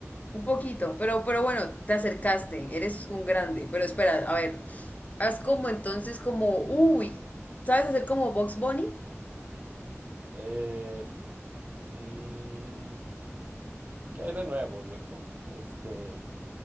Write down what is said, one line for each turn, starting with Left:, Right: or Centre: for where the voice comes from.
Left: Un poquito, pero, pero bueno, te acercaste, eres un grande. Pero espera, a ver, haz como entonces como, uy, ¿sabes hacer como Box Bunny?
Right: Eh, mm, ¿qué hay de nuevo, viejo? Este,